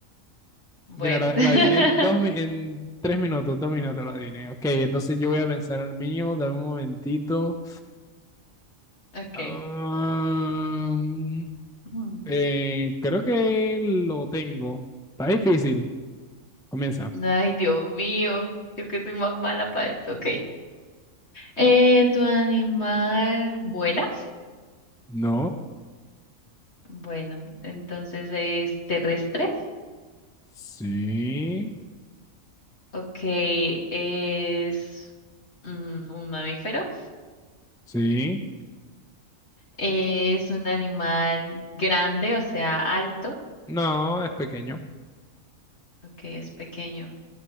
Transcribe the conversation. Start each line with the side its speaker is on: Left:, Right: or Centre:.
Left: Bueno.
Centre: Mira, la,
Left: <laughs>
Centre: la adiviné en dos, mi- en tres minutos, dos minutos la adiviné. Ok, entonces yo voy a pensar en el mío, dame un momentito.
Left: Ok.
Centre: Am,
Left: Mm.
Centre: eh, creo que lo tengo. Está difícil. Comienza.
Left: Ay, Dios mío, yo que soy más mala para esto. Ok. Eh, ¿tu animal vuela?
Centre: No.
Left: Bueno, entonces es terrestre.
Centre: Sí.
Left: Ok, es mm, un mamífero.
Centre: Sí.
Left: Es un animal grande, o sea, alto.
Centre: No, es pequeño.
Left: Ok, es pequeño.